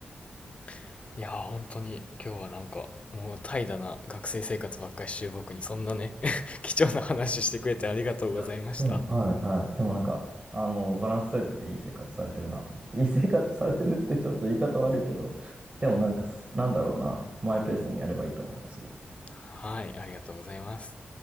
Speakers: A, on the left; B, on the right.
A: あ、いやー、本当に今日はなんか、もう怠惰な学生生活ばっかりしてる僕にそんなね <laughs> 貴重な話してくれてありがとうございました。
B: う。いやでも、はいはい。でもなんか、あの、バランス取れてていい生活されてるなと思って。いい生活されてるってちょっと言い方悪いけど、でもなんか、なんだろうな。マイペースにやればいいと思いますよ。
A: はい、ありがとうございます。